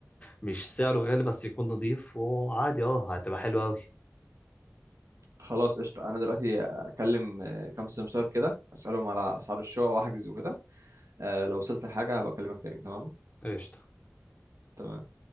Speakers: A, on the left; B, on the right.
A: مش سعره غالي بس يكون نضيف وعادي اه هتبقى حلوة أوي
B: فخلاص قشطه انا دلوقتي اكلم آه، كام سمسار كده اسالهم على اسعار الشقق واحجز وكده آه، لو وصلت لحاجه هبقى اكلمك تاني تمام
A: قشطة
B: تمام